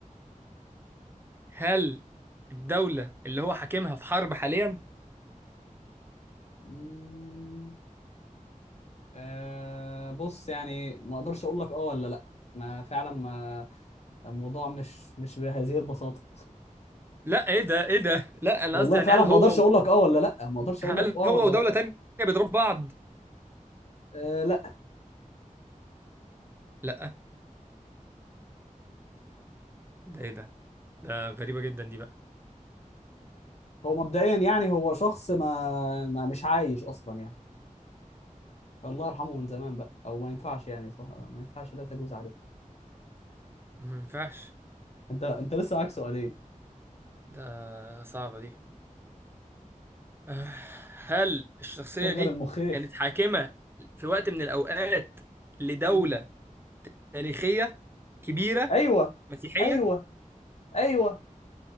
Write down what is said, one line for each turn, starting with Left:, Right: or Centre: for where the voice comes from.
Right: هل الدولة اللي هو حاكمها في حرب حاليا؟
Left: مم. آه بص يعني ما اقدرش اقول لك اه ولا لا ما فعلا ما الموضوع مش مش بهذه البساطة
Right: لا إيه ده إيه ده؟ لا أنا
Left: والله
Right: قصدي يعني
Left: فعلا
Right: هل
Left: ما
Right: هو
Left: اقدرش اقول لك اه ولا لا ما اقدرش
Right: هل
Left: اقول لك اه
Right: هو
Left: ولا
Right: ودولة
Left: لا
Right: تانية بيضربوا بعض؟
Left: آه لا
Right: لا ده إيه ده؟ ده غريبة جدا دي بقى
Left: هو مبدئيا يعني هو شخص ما, ما مش عايش اصلا يعني الله يرحمه من زمان بقى او ما ينفعش يعني صح ما ينفعش لا تجوز عليه
Right: ما ينفعش
Left: انت انت لسه معاك سؤالين
Right: ده صعبة دي <sighs> آه، هل الشخصية
Left: شغل
Right: دي
Left: المخيخ
Right: كانت حاكمة في وقت من الأوقات لدولة
Left: مم.
Right: تاريخية كبيرة
Left: ايوه
Right: مسيحية
Left: ايوه ايوه